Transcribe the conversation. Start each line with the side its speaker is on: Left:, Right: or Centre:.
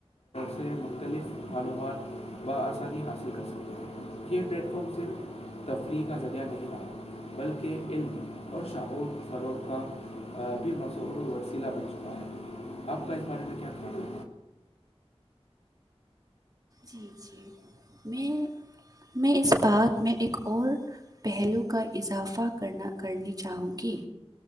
Left: سے مختلف معلومات بآسانی حاصل کر سکتے ہیں یہ پلیٹ فارم صرف تفریح کا ذریعہ نہیں تھاتا بلکہ علم اور شاعور فروغ کا بھی وسلا بن چکا ہے آپ کا اس بارے میں کیا کہنا ہے
Right: جی جی میں میں اس بات میں ایک اور پہلو کا اضافہ کرنا کرنی چاہوں گی